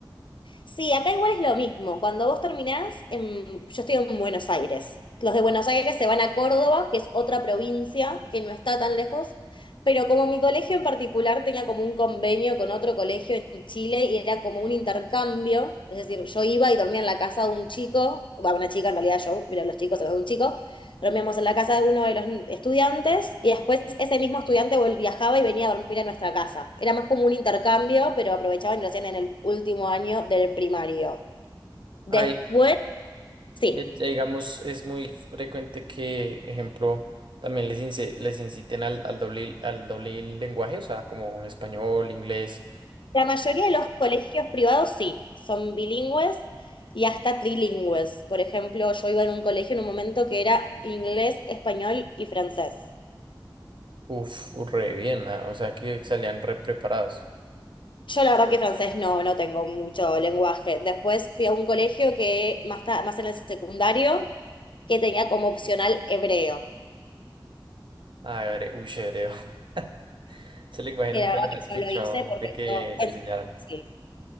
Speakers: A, on the left; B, on the right.
A: Sí, acá igual es lo mismo. Cuando vos terminás, em, yo estoy en Buenos Aires. Los de Buenos Aires se van a Córdoba, que es otra provincia que no está tan lejos, pero como mi colegio en particular tenía como un convenio con otro colegio en Chile y era como un intercambio, es decir, yo iba y dormía en la casa de un chico, va, una chica en realidad yo, pero los chicos, se de un chico, Dormíamos en la casa de uno de los estudiantes y después ese mismo estudiante vol- viajaba y venía a dormir a nuestra casa. Era más como un intercambio, pero aprovechaban y lo hacían en el último año del primario. Después,
B: Ahí,
A: sí.
B: ya- ya digamos, es muy frecuente que, ejemplo, también les, ince- les inciten al, al doble, al doble lenguaje, o sea, como español, inglés.
A: La mayoría de los colegios privados sí, son bilingües y hasta trilingües. Por ejemplo, yo iba en un colegio en un momento que era inglés, español y francés.
B: Uf, re bien, ah, O sea que salían re preparados.
A: Yo la verdad que francés no, no tengo mucho lenguaje. Después fui a un colegio que más, ta- más en el secundario que tenía como opcional hebreo.
B: Ah, bre- uy, hebreo. <laughs> Ese lenguaje
A: Y
B: nunca
A: la verdad
B: lo había escuchado
A: que no lo hice porque
B: de que
A: yo,
B: lo
A: en-
B: enseñaran.
A: sí.